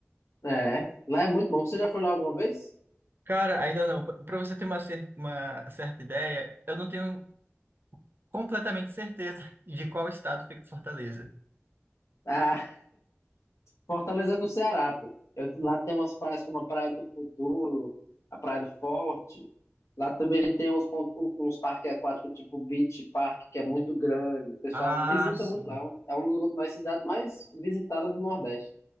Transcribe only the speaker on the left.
É, lá é muito bom. Você já foi lá alguma vez?
Ah, Fortaleza é no Ceará, pô. Eu- lá tem umas praias como a Praia do Futuro, a Praia do Forte. Lá também tem uns, pontos, uns parques aquáticos, tipo Beach Park, que é muito grande. O pessoal
visita
muito lá. É um, é uma das cidades mais visitadas do Nordeste.